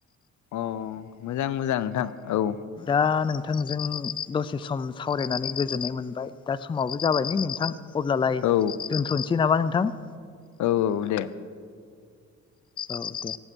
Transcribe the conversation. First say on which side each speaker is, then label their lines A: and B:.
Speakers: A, on the left (about 75°); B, on the left (about 15°).
A: औ मोजां मोजां नोंथां औ।
B: दा नोंथांजों दसे सम सावरायनानै गोजोननाय मोनबाय दा समावबो जाबाय नै नोंथां। अब्लालाय
A: औ
B: दोनथ'नोसै नामा नोंथां?
A: औ औ दे।
B: औ दे।